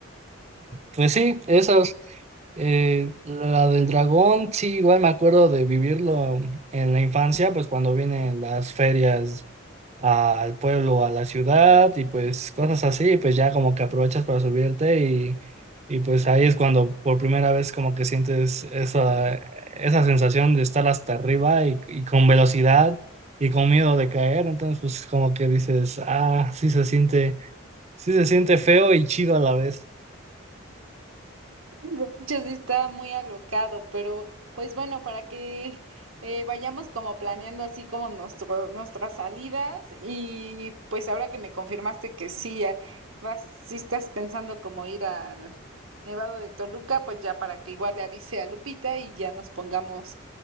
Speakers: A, on the right; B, on the right.
A: Pues sí, esas, eh, la del dragón sí igual me acuerdo de vivirlo en la infancia pues cuando vienen las ferias al pueblo, a la ciudad y pues cosas así, pues ya como que aprovechas para subirte y, y pues ahí es cuando por primera vez como que sientes esa, esa sensación de estar hasta arriba y, y con velocidad y con miedo de caer, entonces pues como que dices, ah, sí se siente, sí se siente feo y chido a la vez.
B: De hecho, sí está muy alocado, pero pues bueno, para que eh, vayamos como planeando así como nuestro, nuestras salidas y pues ahora que me confirmaste que sí, eh, vas, sí estás pensando como ir al Nevado de Toluca, pues ya para que igual le avise a Lupita y ya nos pongamos